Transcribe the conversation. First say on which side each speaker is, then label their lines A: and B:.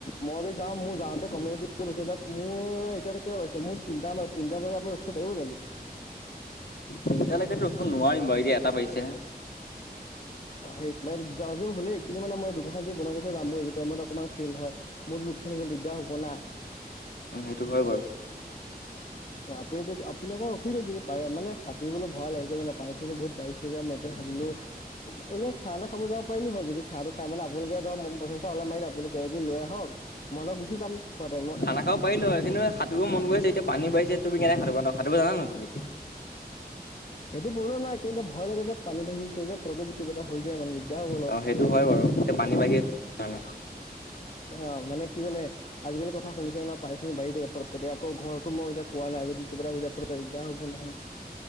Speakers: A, on the left; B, on the left.
A: মই যে যাম মোৰ যাওঁতে কমেও দুপৰ হৈছে এতিয়া মোৰ তিনটা ব তিনটা বজাত আ কপাহিও জানো।
B: তিনিটালৈকেতো ৰখিব নোৱাৰিম বাৰু এতিয়া এটা বাজিছেহে।
A: অ', <unintelligible> মানে দুটা বাজিব হলেই কিন্তু মানে মই দোকান <unintelligible> যে বন্ধ কৰি থৈ যাম মোৰ এইটো টাইমত অকমান চেল হয়। মোৰ লোকচান <unintelligible> দিগদাৰ হ'ব না।
B: অ', সেইটো হয় বাৰু।
A: অ', আপুনি <unintelligible> আপুনি অকণমান ৰখি দিয়ক যদি পাৰে মানে সাঁতুৰিবলৈ ভয় লাগে কিয় জানে পানী চানী বহুত বাঢ়িছ চে যে মই কেনে ভাবিলোঁ এনেই খানা খাব যাব পাৰিলোঁ হয় যদি খানা খাই মানে আপোনালোকে ধৰক <unintelligible> পইচা চইচা অলপ <unintelligible> আপুনি কিবা কিবি লৈ আহক। <unintelligible> গুচি যাম খোৱা টাইমত।
B: <unintelligible> পাৰিলো হয় কিন্তু <unintelligible> সাঁতোৰিব মন গৈ আছে এতিয়া পানী বাঢ়িছে তুমি কেনেকে সাতুৰিবা ন' সাঁতুৰিব জানা ন' তুমি?
A: <inaudible> সেইটো প্ৰব্লেম নাই কিন্তু ভয় লাগে যে পানী বাঢ়ি আছে যে ফতকে যদি কিবা এটা হৈ যায় মানে দিগদাৰ হ'ব অলপ।
B: অ সেইটো হয় বাৰু এতিয়া পানী বাঢ়ী আছে কাৰণে।
A: অ', মানে কি জানে। আজিকালি কথা শুনিছে নহ, পাৰিছে বাঢ়ি থাকে ফত্ক কৰি একো ঘৰতো মই এতিয়া কোৱা নাই যদি কিবা এটা হৈ যায় কিবা ফতক কৰি দিগদ হ'ব নহয়। <inaudible>